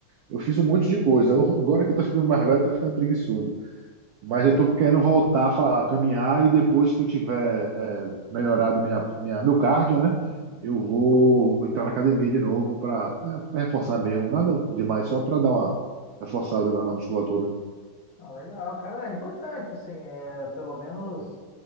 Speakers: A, on the right (about 80°); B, on the left (about 70°).
A: eu fiz um monte de coisa. Eu- <laughs> agora que eu tô ficando mais velho, eu tô ficando preguiçoso. Mas eu tô querendo voltar a, fa- a caminhar e depois que eu tiver é, melhorado minha, minha, meu cardio, né?
B: Uhum.
A: Eu vou entrar na academia de novo para reforçar mesmo. Nada demais, só para dar uma reforçada na, na musculatura.
B: Ah, legal, cara, é importante, assim, é, pelo menos.